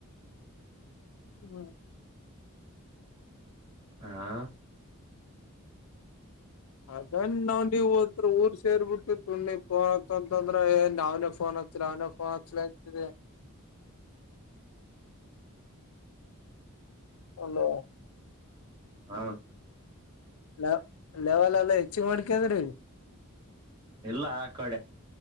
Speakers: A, on the left (about 75°); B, on the right (about 20°).
A: ಹ್ಮ್
B: ಹಾ
A: ಅದನ್ ನಾವ್ ನೀವ್ ಹತ್ರ ಊರ್ ಸೇರ್ಬಿಟ್ಟು ಸುಗ್ ಫೋನ್ ಹತ್ತ ಅಂತಂದ್ರ ಏನ್ ನ ಅವ್ನ ೋನ್ ಹಕ್ತಿ ಅವನ ಫೋನ್ ಹತ್ಲತರಿ <unintelligible> ಅಲ್ಲ
B: ಹಾ
A: ಲೆ ಲೆವೆಲ್ ಎಲ್ಲ ಹೆಚ್ಚ ಮಾಡ್ಕದ್ರಿ
B: ಎಲ್ಲಾ ಕಡೆ